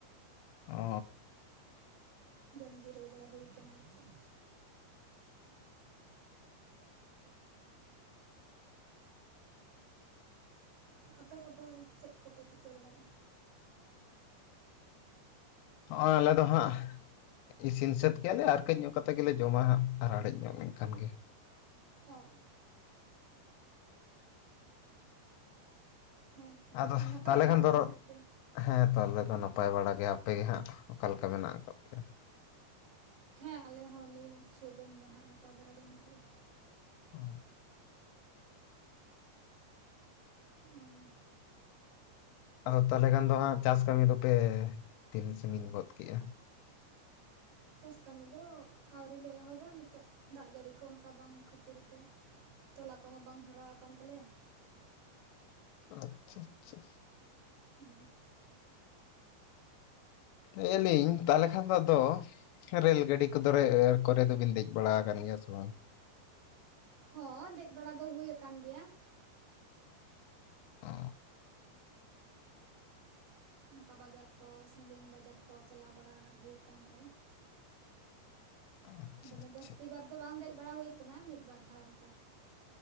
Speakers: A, on the left (about 85°); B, on the right (about 65°).
A: ᱚᱼᱼ
B: ᱡᱚᱢ ᱡᱤᱨᱟᱹᱣ ᱵᱟᱲᱟ ᱦᱩᱭ ᱟᱠᱟᱱᱟ ᱟᱨ ᱪᱮᱫ? ᱟᱯᱮ ᱠᱚᱫᱚ ᱪᱮᱫ ᱠᱚᱯᱮ ᱪᱤᱠᱟᱹ ᱵᱟᱲᱟᱭᱮᱫᱼᱟ?
A: ᱦᱚᱸᱚᱭ ᱟᱞᱮ ᱫᱚ ᱦᱟᱸᱜᱼᱼ ᱤᱥᱤᱱ ᱥᱟᱹᱛ ᱠᱮᱭᱟᱞᱮ ᱟᱨ ᱠᱟᱹᱡ ᱧᱚᱜ ᱠᱟᱛᱮᱮᱫ ᱜᱮᱞᱮ ᱡᱚᱢᱟ ᱦᱟᱸᱜ ᱟᱨ ᱞᱟᱲᱮᱡ ᱧᱚᱜ ᱞᱮᱱᱠᱷᱟᱱ ᱜᱮ᱾
B: ᱚᱼᱼ ᱦᱮᱸᱛᱚ
A: ᱟᱫᱚ
B: ᱟᱨ ᱱᱟᱯᱟᱭ
A: ᱛᱟᱦᱚᱞᱮ
B: ᱵᱟᱲᱟ
A: ᱠᱷᱟᱱ
B: ᱜᱮ
A: ᱫᱚ ᱨᱚᱲᱼᱼ
B: ᱦᱮᱱᱟᱜ ᱯᱮᱭᱟ
A: ᱦᱮᱸ ᱛᱚ ᱟᱞᱮ ᱫᱚ ᱱᱟᱯᱟᱭ ᱵᱟᱲᱟ ᱜᱮ ᱟᱯᱮ ᱜᱮ ᱦᱟᱸᱜ ᱚᱠᱟ ᱞᱮᱠᱟ ᱢᱮᱱᱟᱜ ᱟᱠᱟᱜ ᱯᱮᱭᱟ?
B: ᱦᱮᱸ ᱟᱞᱮ ᱦᱚᱸ ᱱᱤᱭᱟᱹ ᱥᱚᱭᱫᱚᱢ ᱫᱚ ᱱᱦᱟᱸᱜ ᱱᱟᱯᱟᱭ ᱵᱟᱲᱟ ᱜᱮ ᱢᱮᱱᱟᱜ ᱞᱮᱭᱟ᱾
A: ᱚᱼᱼ
B: ᱚᱸ᱾
A: ᱟᱫᱚ ᱛᱟᱦᱚᱞᱮ ᱠᱷᱟᱱ ᱫᱚ ᱦᱟᱸᱜ ᱪᱟᱥ ᱠᱟᱹᱢᱤ ᱫᱚᱯᱮ ᱛᱤᱱ ᱥᱟᱜᱤᱧ ᱜᱚᱫ ᱠᱮᱜᱼᱟ?
B: ᱪᱟᱥ ᱠᱟᱹᱢᱤ ᱫᱚ ᱟᱹᱣᱨᱤ ᱞᱮ ᱮᱦᱚᱵᱟ ᱱᱤᱛᱚᱜ ᱫᱟᱜ ᱡᱟᱹᱲᱤ ᱠᱚ ᱚᱱᱠᱟ ᱵᱟᱝ ᱠᱷᱟᱹᱛᱤᱨ ᱛᱮ ᱛᱚᱞᱟ ᱠᱚᱦᱚᱸ ᱵᱟᱝ ᱦᱟᱨᱟ ᱟᱠᱟᱱ ᱛᱟᱞᱮᱭᱟ᱾
A: ᱟᱪᱪᱷᱟ ᱟᱪᱪᱷᱟ᱾
B: <unintelligible>
A: ᱞᱟᱹᱭ ᱟᱞᱤᱧ ᱛᱟᱦᱚᱞᱮ ᱠᱷᱟᱱ ᱫᱚ ᱟᱫᱚ ᱨᱮᱹᱞ ᱜᱟᱹᱰᱤ ᱠᱚᱫᱚ ᱨᱮ ᱠᱚᱨᱮ ᱫᱚᱵᱤᱱ ᱫᱮᱡ ᱵᱟᱲᱟ ᱟᱠᱟᱱ ᱜᱮᱭᱟ ᱥᱮ ᱵᱟᱝ?
B: ᱦᱚᱸ ᱫᱮᱡ ᱵᱟᱲᱟ ᱫᱚ ᱦᱩᱭ ᱟᱠᱟᱱ ᱜᱮᱭᱟ᱾
A: ᱚ᱾
B: ᱚᱱᱠᱟ ᱵᱟᱡᱟᱨ ᱠᱚ ᱥᱟᱺᱜᱤᱧ ᱵᱟᱡᱟᱨ ᱠᱚ ᱪᱟᱞᱟᱣ ᱵᱟᱲᱟ ᱦᱩᱭ ᱠᱟᱱ ᱨᱮ,
A: ᱟᱪᱪᱷᱟ
B: ᱫᱚᱢᱮ
A: ᱟᱪᱪᱷᱟ
B: ᱡᱟᱹᱥᱛᱤ ᱵᱟᱨ ᱫᱚ ᱵᱟᱝ ᱫᱮᱡ ᱵᱟᱲᱟ ᱦᱩᱭ ᱠᱟᱱᱟ ᱢᱤᱫ ᱵᱟᱨ ᱫᱷᱟᱣ ᱚᱱᱠᱟ᱾